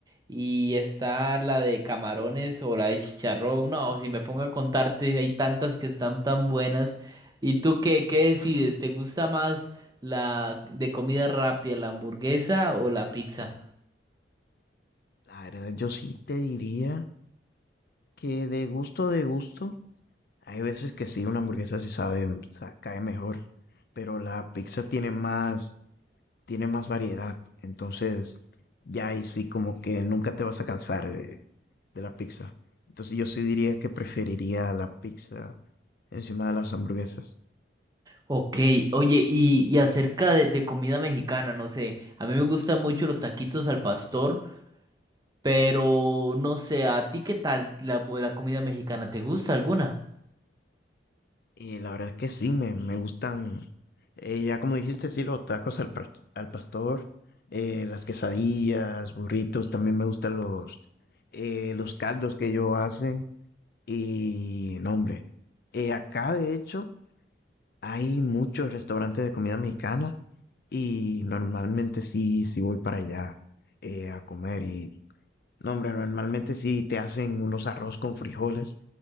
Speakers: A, on the right; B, on the left.
A: y está la de camarones o la de chicharrón. No, si me pongo a contarte, hay tantas que están tan buenas. ¿Y tú qué, qué decides? ¿Te gusta más la de comida rápida, la hamburguesa o la pizza?
B: La verdad, yo sí te diría que de gusto de gusto, hay veces que sí, una hamburguesa sí sabe, sa- cae mejor, pero la pizza tiene más, tiene más variedad, entonces ya ahí sí como que nunca te vas a cansar de, de la pizza. Entonces yo sí diría que preferiría la pizza encima de las hamburguesas.
A: Ok, oye, y, y acerca de, de comida mexicana, no sé, a mí me gustan mucho los taquitos al pastor. Pero no sé, ¿a ti qué tal la, mu- la comida mexicana? ¿Te gusta alguna?
B: Y la verdad es que sí, me, me gustan, eh, ya como dijiste, sí, los tacos al, pas- al pastor, eh, las quesadillas, burritos, también me gustan los, eh, los caldos que ellos hacen y no, hombre. eh, acá de hecho hay muchos restaurantes de comida mexicana y normalmente sí, sí voy para allá eh, a comer y no, hombre, normalmente sí te hacen unos arroz con frijoles